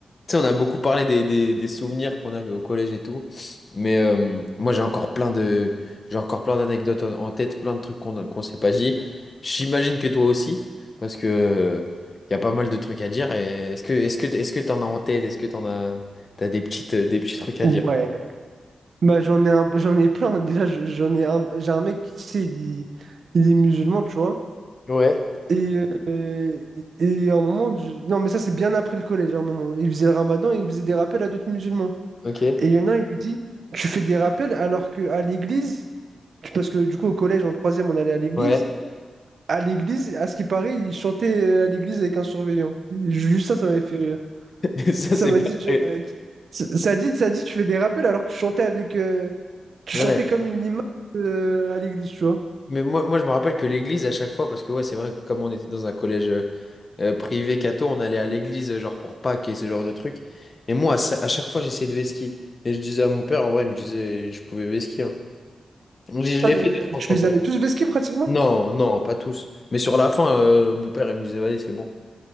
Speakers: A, on the left; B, on the right.
A: Tu sais, on a beaucoup parlé des, des- des souvenirs qu'on avait au collège et tout, mais euh, moi j'ai encore plein de j'ai encore plein d'anecdotes en en tête, plein de trucs qu'on qu'on s'est pas dit. J'imagine que toi aussi, parce que il y a pas mal de trucs à dire. Et est-ce que est-ce que est-ce que t'en as en tête? Est-ce que t'en as t'as des petites des petits trucs à
B: Ouais,
A: dire?
B: bah j'en ai un, j'en ai plein. Déjà, je- j'en ai un, j'ai un mec qui, tu sais, il, il est musulman, tu vois.
A: Ouais,
B: Et, euh, et à un moment, je- non, mais ça, c'est bien après le collège, à un moment. Il faisait le ramadan et il faisait des rappels à d'autres musulmans.
A: ok,
B: Et il y en a un, il lui dit, tu fais des rappels alors que à l'église, parce que du coup, au collège, en troisième, on allait à l'église.
A: ouais.
B: À l'église, à ce qui paraît, il chantait euh, à l'église avec un surveillant. Juste ça, ça m'avait fait rire.
A: <laughs> Ça
B: Ça
A: c'est
B: m'a
A: pas
B: dit, tu-
A: très-
B: euh, ça dit, ça dit, tu fais des rappels alors que tu chantais avec, euh, Tu
A: Ouais.
B: chantais comme une limace euh, à l'église, tu vois.
A: Mais mais moi, moi je me rappelle que l'église à chaque fois, parce que ouais c'est vrai que comme on était dans un collège. euh, euh, privé catho, on allait à l'église, euh, genre pour Pâques et ce genre de trucs. Et moi, à, sa- à chaque fois, j'essayais de vesquiller. Et je disais à mon père, en vrai, il me disait, je pouvais vesquiller. hein. Donc, Je l'ai
B: Ah, euh,
A: fait deux, trois
B: tu
A: fois,
B: les
A: quand
B: avais
A: même.
B: tous vesqués pratiquement?
A: Non, non, pas tous. Mais sur la fin, euh, mon père, il me disait, vas-y, c'est bon.